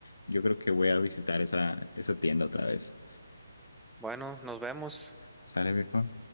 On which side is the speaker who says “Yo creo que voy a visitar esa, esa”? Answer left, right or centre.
Left